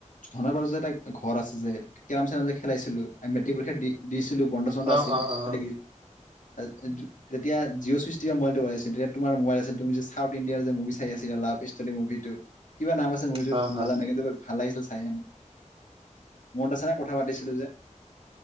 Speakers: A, on the left (about 90°); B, on the right (about 45°).
A: ধনাবাৰৰ যে এটা ঘৰ আছে যে, কেৰাম চেৰাম যে খেলাইছিলো আমি মেটিক পৰীক্ষা দি-দিছ লো বন্দা চন্দা
B: অ
A: আছিল।
B: অ অ
A: তাতে,
B: অ
A: অ য যেতিয়া জিঅ' চুইচ টিপা মোবাইলটো অলাইছিল, তেতিয়া তোমাৰ মোবাইল আছিল তুমি যে চাউথ ইণ্ডিয়াৰ যে মুভি চাই আছিলা লাভ ষ্টৰি মুভিটো। কিবা নাম আছে মুভিতো
B: হা হা
A: নাজানো কিন্তু ভাল লাগিছিল চা চাইকেনে মনত আছে নে কথা পাতিছিলোঁ যে?